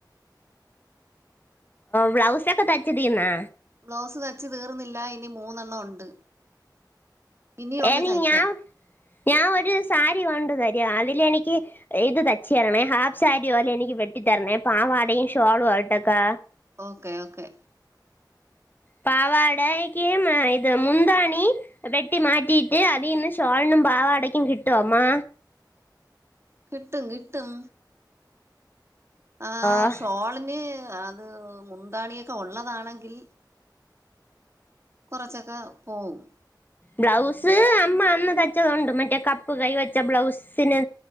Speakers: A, on the left; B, on the right.
A: ബ്ലൗസ് ഒക്കെ തച്ച് തീർന്നാ
B: ബ്ലൗസ് തച്ച് തീർന്നില്ല ഇനി മൂന്നെണ്ണം ഉണ്ട് ഇനിയുണ്ട്
A: എനി
B: തയ്ക്കാൻ
A: ഞാ ഞാൻ ഒരു സാരി കൊണ്ട് തര അതിലെനിക്ക് ഇത് തച്ച് തരണേ ഹാഫ് സാരി പോലെ എനിക്ക് വെട്ടി തരണേ പാവാടയും ഷോളും ആയിട്ടക്കാ
B: ഓക്കേ ഓക്കേ
A: പാവാടക്ക് ഇത് മുന്താണി വെട്ടി മാറ്റിയിട്ട് അതിന്ന് ഷോളിനും പാവാടക്കും കിട്ടോ അമ്മാ
B: കിട്ടും കിട്ടും ആ
A: ഓ
B: ഷോളിന് അത് മു മുദാണിയൊക്കെ ഉള്ളതാണെങ്കിൽ കൊറച്ചൊക്കെ പോവും
A: ബ്ലൗസ് അമ്മ അന്ന് തച്ചതുണ്ട് മറ്റേ കപ്പ് കൈ വച്ച ബ്ലൗസിന്